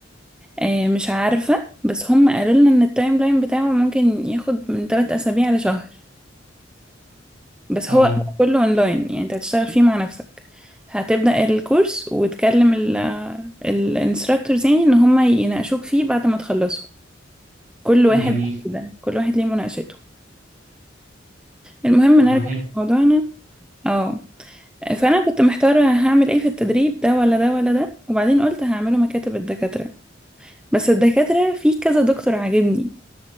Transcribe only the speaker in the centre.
آه، مش عارفة بس هم قالوا لنا ان التايم لاين بتاعه ممكن ياخد من 3 اسابيع لشهر بس
هو هو كله اونلاين يعني انت هتشتغل فيه مع نفسك هتبدأ الكورس وتكلم الانستراكتورز يعني ان هم يناقشوك فيه بعد ما تخلصوا كل واحد
بقى كده كل واحد ليه مناقشته المهم
نرجع
لموضوعنا اه فانا كنت محتاره هعمل ايه في التدريب ده ولا ده ولا ده وبعدين قلت هعمله مكاتب الدكاتره بس الدكاتره في كذا دكتور عاجبني